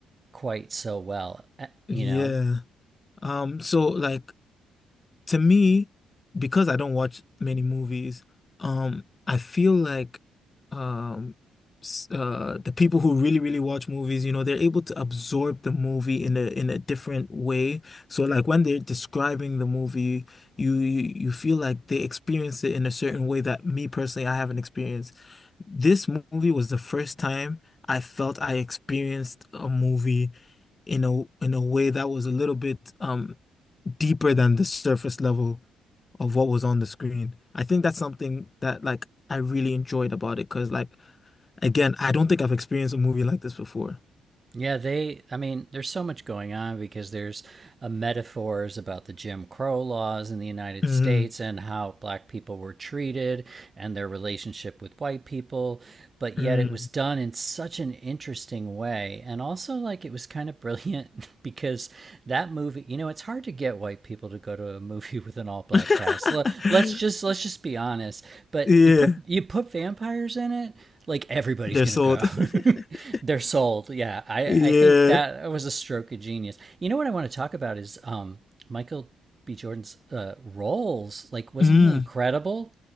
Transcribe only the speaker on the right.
quite so well, eh,
you know.
Yeah, they, I mean, there's so much going on because there's uh metaphors about the Jim Crow laws in the United
States and how black people were treated and their relationship with white people. But yet
it was done in such an interesting way. And also, like, it was kind of brilliant <laughs> because that movie, you know, it's hard to get white people to go to a movie <laughs> with an all black
cast. Let, us just let's just be honest. But
you put you put vampires in it, like everybody's
gonna
go.
<laughs> They're sold. Yeah, I
I think that was a stroke of genius. You know what I want to talk about is um Michael B. Jordan's uh, roles. Like, wasn't
he incredible?